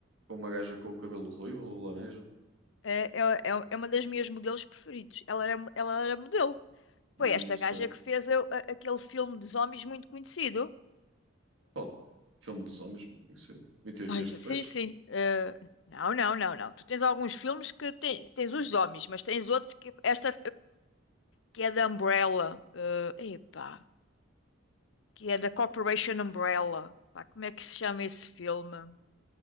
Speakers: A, on the right; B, on the left.
A: com uma gaja com o cabelo ruivo, ou laranja?
B: é, é, é é uma das minhas modelos preferidos. Ela era, ela era modelo.
A: Não
B: Foi esta
A: sei.
B: gaja que fez a- a- aquele filme de zombies muito conhecido.
A: Qual? Filme dos homens, não conheci. 28
B: Ah, ai,
A: dias
B: sim,
A: depois?
B: sim. Ah, não, não, não, não. Tu tens alguns filmes que te- tens os zombies, mas tens outros que esta. que é da Umbrella. eh, epá, que é da Corporation Umbrella. Pá, como é que se chama esse filme?